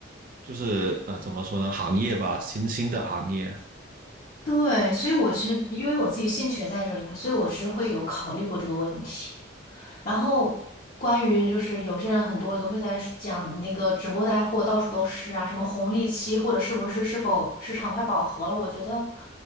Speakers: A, on the right (about 45°); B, on the left (about 45°).
A: 就是呃，怎么说呢，行业吧，新兴的行业，
B: 对，所以我其实因为我自己兴趣也在这里嘛，所以我其实会有考虑过这个问题。然后关于就是有些人很多都会在讲那个直播带货到处都是啊，什么红利期或者是不是是否市场快饱和了？我觉得，